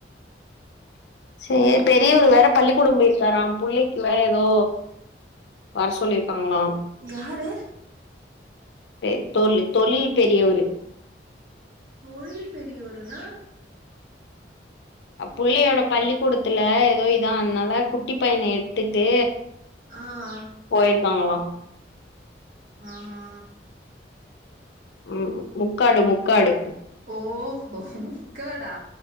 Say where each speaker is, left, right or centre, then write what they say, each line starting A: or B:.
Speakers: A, on the left; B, on the right.
A: சேரி பெரியவரு வேற பள்ளிக்கூடம் போயிருக்காறா புள்ளைக்கு வேற ஏதோ வர சொல்லிருக்காங்களா
B: யாரு
A: தெ தொழி தொழில் பெரியவரு
B: தொழில் பெரியவருனா
A: அ பிள்ளையோட பள்ளிக்கூடத்துல எதோ இதானனால குட்டி பையன எடுத்துட்டு
B: ஆ ஆ
A: போயிருக்காங்களா
B: ஆ ஆ
A: ம் முக்காடு முக்காடு
B: ஓஹோ முக்காடா